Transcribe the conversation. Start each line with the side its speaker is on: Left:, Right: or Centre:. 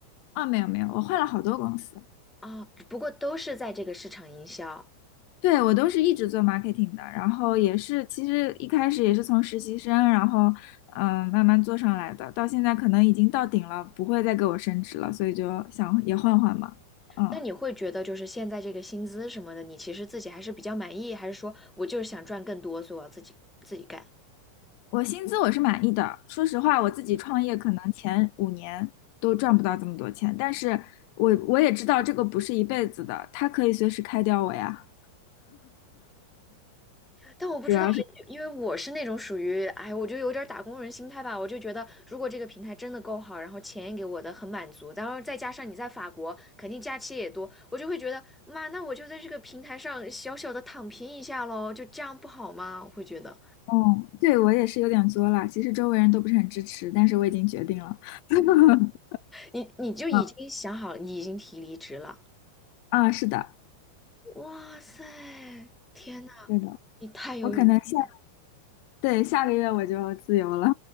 Left: 啊，没有没有，我换了好多公司，
Centre: 啊，不过都是在这个市场营销。
Left: 对，我都是一直做 marketing 的，然后也是其实一开始也是从实习生，然后嗯、呃慢慢做上来的，到现在可能已经到顶了，不会再给我升职了，所以就想也换换嘛。嗯。
Centre: 那你会觉得就是现在这个薪资什么的，你其实自己还是比较满意，还是说我就是想赚更多，所以我要自己自己干？
Left: 我薪资我是满意的，说实话，我自己创业可能前五年都赚不到这么多钱，但是我我也知道这个不是一辈子的，他可以随时开掉我呀。
Centre: 但我不知道哎，
Left: 主要是，
Centre: 因为我是那种属于，哎，我就有点儿打工人心态吧。我就觉得，如果这个平台真的够好，然后钱也给我的很满足，然后再加上你在法国，肯定假期也多，我就会觉得，妈，那我就在这个平台上小小的躺平一下喽，就这样不好吗？我会觉得，
Left: 嗯，对，我也是有点作了，其实周围人都不是很支持，但是我已经决定了。<laughs>
Centre: 你你就已经想好了，
Left: 嗯
Centre: 你已经提离职了。
Left: 啊，是的，
Centre: 哇塞，天呐，
Left: 对的，
Centre: 你太有勇气。
Left: 我可能下，对，下个月我就自由了。